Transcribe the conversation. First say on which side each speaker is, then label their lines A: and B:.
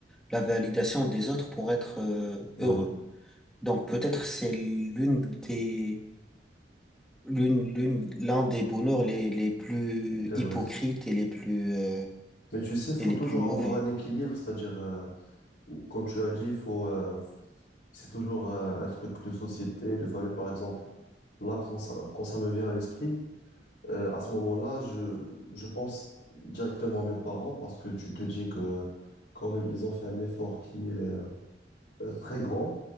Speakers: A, in the centre; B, on the left (about 65°).
A: la validation des autres pour être euh,
B: ouais,
A: heureux. Donc peut-être c'est l'une des, l'une, l'une, l'un des bonheurs les, les plus
B: c'est
A: hypocrites
B: vrai.
A: et les plus, euh,
B: Mais tu sais, il faut
A: et les
B: toujours
A: plus mauvais.
B: avoir un équilibre, c'est-à-dire, euh, comme tu as dit, il faut, euh, c'est toujours euh, un truc de société, de famille, par exemple. Là, quand ça, quand ça me vient à l'esprit, euh, à ce moment-là, je, je pense directement à mes parents parce que tu te dis que quand même, ils ont fait un effort qui est euh, euh, très grand.